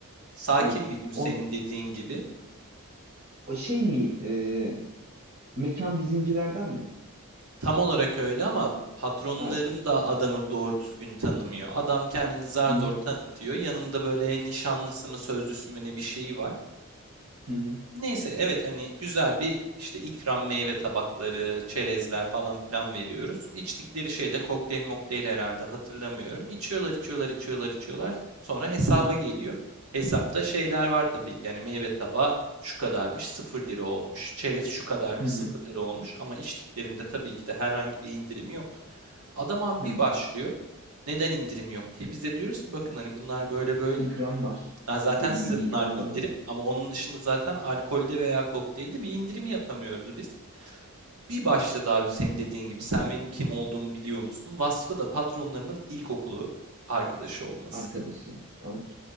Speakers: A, on the right; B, on the right.
A: Sakin
B: Of.
A: bir gün senin
B: O,
A: dediğin gibi.
B: o şey mi? e, mekan bizimcilerden mi?
A: Tam olarak öyle ama patronlarım
B: Evet.
A: da adamı doğru düzgün tanımıyor. Adam kendini zar
B: Hı hı.
A: zor tanıtıyor. Yanında böyle nişanlısı mı sözlüsü mü ne bir şeyi var.
B: Hı hı.
A: Neyse evet hani güzel bir işte ikram meyve tabakları, çerezler falan filan veriyoruz. İçtikleri şey de kokteyl mokteyl herhalde hatırlamıyorum. İçiyorlar içiyorlar içiyorlar içiyorlar. Sonra hesaba geliyor. Hesapta şeyler var tabii ki yani meyve tabağı şu kadarmış sıfır lira olmuş. Çerez şu kadarmış
B: Hı hı.
A: sıfır lira olmuş. Ama içtiklerinde tabii ki de herhangi bir indirim yok. Adam abi
B: Hı
A: bir
B: hı.
A: başlıyor. Neden indirim yok diye. Biz de diyoruz ki bakın hani bunlar böyle böyle.
B: İkram var.
A: Ha, zaten
B: Deli
A: size
B: gibi
A: bunlar
B: ikram
A: indirim
B: var orada.
A: ama onun dışında zaten alkolde veya kokteylde bir indirim yapamıyoruz biz. Bir başta daha senin dediğin gibi sen benim kim olduğumu biliyor musun? Vasfı da patronlarının ilkokulu arkadaşı olması.
B: Arkadaşıymış. Ay.